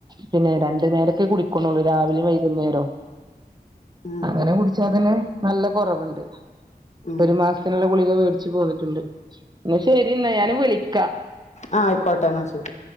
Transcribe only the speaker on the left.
ഉം
ഉം
ആഹ് ആയിക്കോട്ടെ എന്നാ ശെരി